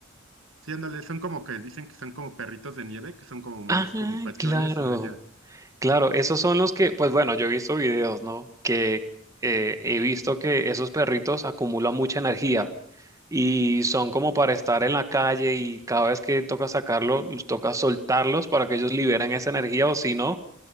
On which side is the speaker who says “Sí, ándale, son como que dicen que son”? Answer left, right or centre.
Right